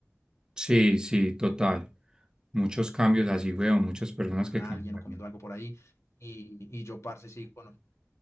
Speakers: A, on the right (about 15°); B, on the left (about 70°).
A: Sí, sí, total. Muchos cambios así, weón, muchas personas
B: alguien
A: que cambian.
B: o comiendo algo por ahí. Y, y yo, parce, sí, cono-